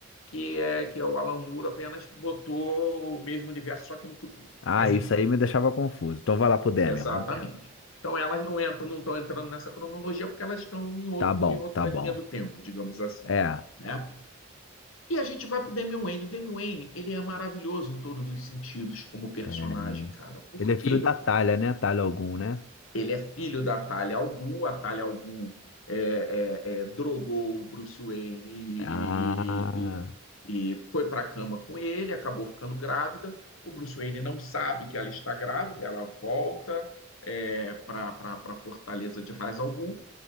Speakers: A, on the left; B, on the left.
A: que é que é o Alan Moore apenas botou o mesmo universo só que no futuro.
B: Ah,
A: Mas
B: isso
A: enfim,
B: aí me deixava confuso. Então vai lá pro Demian.
A: exatamente.
B: Vamos
A: Então elas não entram, não estão entrando nessa cronologia porque elas estão em outro
B: Tá bom,
A: em outra
B: tá bom.
A: linha do tempo, digamos assim.
B: É,
A: Né? E a gente vai para o Damian Wayne. O Damian Wayne ele é maravilhoso em todos os sentidos como personagem,
B: é.
A: cara. Por
B: Ele é
A: quê?
B: filho da Talha, né? Talha algum, né?
A: Ele é filho da Talia al Ghul, a Talia al Ghul é, é, é, drogou o Bruce Wayne e,
B: Ah,
A: e, e, e e foi para a cama com ele, acabou ficando grávida. O Bruce Wayne não sabe que ela está grávida, ela volta é, para a fortaleza de Ra's al Ghul